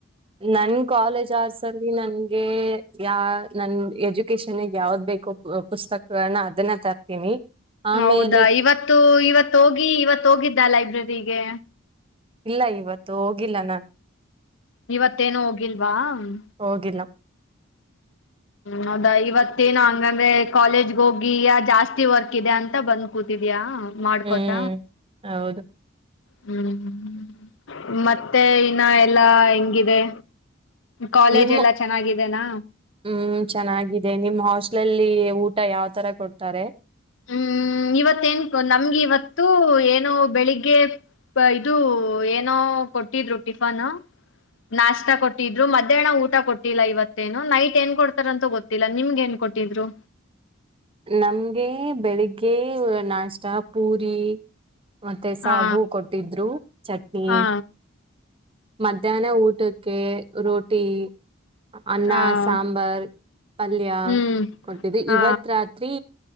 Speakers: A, on the right; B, on the left.
A: ನನ್ ಕಾಲೇಜ್ ಅವರ್ಸ್ ಅಲ್ಲಿ ನನ್ಗೆ ಯ ನನ್ ಎಜುಕೇಶನ್ಗೆ ಯಾವ್ದ್ ಬ ಪುಸ್ತಕಗಳನ್ನ ಅದನ್ನ ತರ್ತೀನಿ ಆಮೇಲೆ
B: ಹೌದಾ ಇವತ್ತು ಇವತ್ತು ಹೋಗಿ ಇವತ್ ಹೋಗಿದ್ದ ಲೈಬ್ರರಿಗೆ
A: ಇಲ್ಲ ಇವತ್ತು ಹೋಗಿಲ್ಲ ನಾನು
B: ಇವತ್ತೇನು ಹೋಗಿಲ್ವಾ ಹ್ಮ್
A: ಹೋಗಿಲ್ಲ
B: ಹೌದಾ ಇವತ್ತೇನು ಹಂಗಂದ್ರೆ ಕಾಲೇಜ್ಗ ಹೋಗಿ ಜಾಸ್ತಿ ವರ್ಕ್ ಇದೆ ಅಂತ ಬಂದ್ ಕೂತಿದಯಾ. ಮಾಡ್ಕೊತ,
A: ಹ್ಮ್ ಹೌದು.
B: ಹ್ಮ್ ಮತ್ತೆ ಇನ್ನ ಎಲ್ಲಾ ಹೆಂಗಿದೆ. ಕಾಲೇಜ್
A: ನಿಮ್ಮ
B: ಎಲ್ಲಾ ಚೆನ್ನಾಗಿದೆನಾ
A: ಹ್ಮ ಚೆನ್ನಾಗಿದೆ. ನಿಮ್ಮ್ ಹಾಸ್ಟ್ಲಲ್ಲಿ ಊ ಟ ಯಾವ್ ತರ ಕೊಡ್ತಾರೆ.
B: ಹ್ಮ್ ಇವತ್ತ ಏನ್ ನಮ್ಗೆ ಇವತ್ತು ಏನೊ ಬೆಳಿಗ್ಗೆ, ಇದು ಏನೋ ಕೊಟ್ಟಿದ್ರು ಟಿಫನ್. ನಾಷ್ಟ ಕೊಟ್ಟಿದ್ರು ಮಧ್ಯಾಹ್ನ ಊಟ ಕೊಟ್ಟಿಲ್ಲ. ಇವತ್ತೇನು ನೈಟ್ ಏನ್ ಕೊಡ್ತಾರಂತ ಗೊತ್ತಿಲ್ಲ. ನಿಮ್ಗೆ ಏನ್, ಕೊಟ್ಟಿದ್ರು.
A: ನಮ್ಗೆ ಬೆಳಿಗ್ಗೆ ನಾಷ್ಟ ಪೂರಿ, ಮತ್ತೆ ಸಾಗು
B: ಹಾ
A: ಕೊಟ್ಟಿದ್ರು, ಚಟ್ನಿ,
B: ಹಾ
A: ಮಧ್ಯಾಹ್ನ ಊಟ, ಕೇ ರೋಟಿ, ಅನ್ನ,
B: ಹಾ
A: ಸಾಂಬಾರ್, ಪಲ್ಯ
B: ಹ್ಮ್
A: ಕೊಟ್ಟಿದ್ದು.
B: ಹಾ
A: ಇವತ್ ರಾತ್ರಿ,